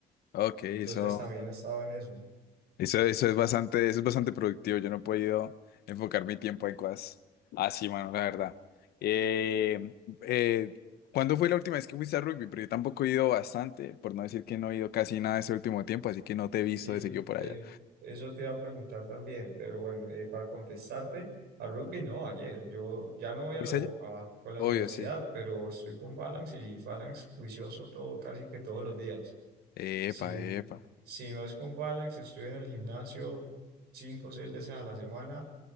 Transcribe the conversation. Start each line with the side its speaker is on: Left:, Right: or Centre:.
Left: Ok, eso.
Right: Entonces también estaba en eso.
Left: Eso, eso es bastante, eso es bastante productivo. Yo no he podido enfocar mi tiempo en cosas así, mano, la verdad. Eh, eh, ¿cuándo fue la última vez que fuiste a rugby? Porque yo tampoco he ido bastante, por no decir que no he ido casi nada este último tiempo, así que no te he visto
Right: Sí,
Left: de seguido por
Right: eh,
Left: allá.
Right: eso te iba a preguntar también, pero bueno, eh, para contestarte, a rugby no, ayer. Yo ya no voy a,
Left: ¿Fuiste
Right: lo-
Left: allá?
Right: a- con la
Left: Obvio,
Right: universidad,
Left: sí.
Right: pero estoy con Phalanx y Phalanx juicioso todo, casi que todos los días.
Left: Epa,
Right: Si,
Left: epa.
Right: si no es con Phalanx, estoy en el gimnasio cinco o seis veces a la semana